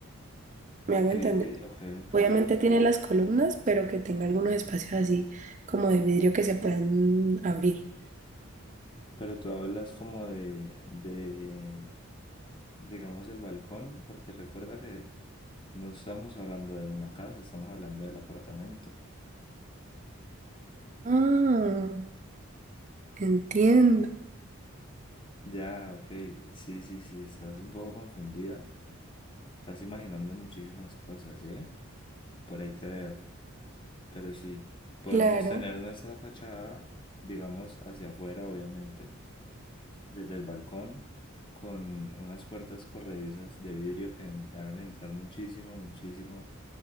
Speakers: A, on the right; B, on the left.
A: ¿Me
B: Ok,
A: hago entender?
B: ok, ok.
A: Obviamente tiene las columnas, pero que tenga algunos espacios así como de vidrio que se puedan abrir.
B: Pero tú hablas como de, de, digamos, el balcón, porque recuerda que no estamos hablando de una casa, estamos hablando del apartamento.
A: Ah, entiendo.
B: Ya, ok, sí, sí, sí, estás un poco confundida. Estás imaginando muchísimas cosas, ¿eh? Por ahí te veo. Pero sí, podemos
A: Claro,
B: tener nuestra fachada, digamos, hacia afuera, obviamente, desde el balcón, con unas puertas corredizas de vidrio que en- hagan entrar muchísimo, muchísimo